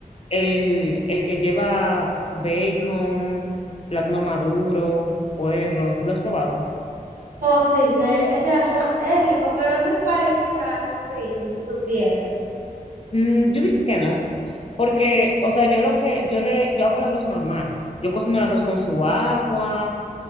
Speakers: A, on the left (about 45°); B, on the right (about 80°).
A: El, el que lleva bacon, plátano maduro, puerro, ¿tú lo has probado?
B: Oh, sí, que ese arroz es rico, pero es muy parecido al arroz frito, si tú supieras.
A: Mm, yo diría que no, porque, o sea, yo lo que, yo le, yo hago el arroz normal. Yo cocino el arroz con su agua,